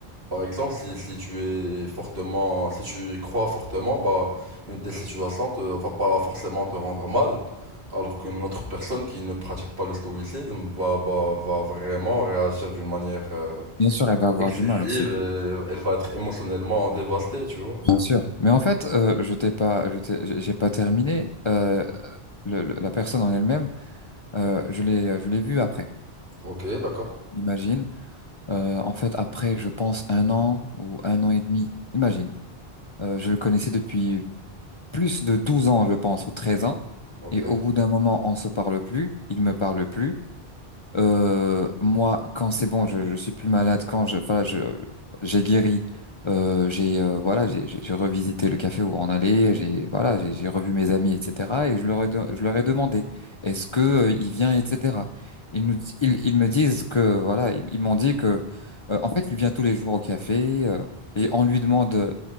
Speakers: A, on the right; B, on the left.
A: par exemple si, si tu es fortement, si tu y crois fortement, bah une telle situation te va pas forcément te rendre mal, alors qu'une autre personne qui ne pratique pas le stoïcisme va, va, va vraiment réagir d'une manière euh,
B: bien sûr, elle va avoir
A: excessive
B: du mal aussi.
A: et elle va être émotionnellement dévastée, tu vois.
B: Bien sûr. Mais en fait, euh, je t'ai pas, je t'ai- j'ai j'ai pas terminé. Euh, le- le- la personne en elle-même, euh, je l'ai, je l'ai vue après.
A: Ok, d'accord.
B: Imagine. Euh, en fait, après, je pense, un an ou un an et demi, imagine. Euh, je le connaissais depuis plus de 12 ans, je pense, ou 13 ans.
A: Ok,
B: Et au bout d'un moment, on se parle plus, il me parle plus. Euh, moi, quand c'est bon, je, je suis plus malade, quand je, voilà, je, j'ai guéri, euh, j'ai, euh, voilà, j'ai, j'ai j'ai revisité le café où on allait, j'ai, voilà, j'ai j'ai revu mes amis, etc. Et je leur ai, de- je leur ai demandé, est-ce que euh, il vient, etc. Ils nous, di- ils, ils me disent que, voilà, ils, ils m'ont dit que, euh, en fait, il vient tous les jours au café, euh, et on lui demande